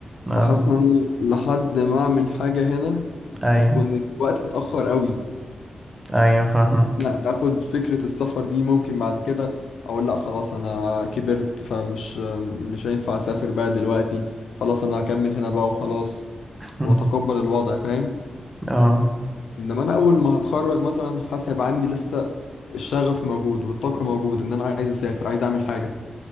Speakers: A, on the right; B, on the left.
A: اه
B: فحاسس ان انا لحد ما اعمل حاجه هنا
A: ايوه
B: هيكون الوقت اتاخر قوي
A: ايوه فاهمك
B: لا اخد فكرة السفر دي ممكن بعد كده اقول لا خلاص انا كبرت فمش مش هينفع اسافر بقى دلوقتي خلاص انا هكمل هنا بقى وخلاص
A: <laughs>
B: واتقبل الوضع فاهم
A: اه
B: انما انا اول ما هتخرج مثلا حاسس هيبقى عندي لسه الشغف موجود والطاقة موجود ان انا عايز اسافر عايز اعمل حاجة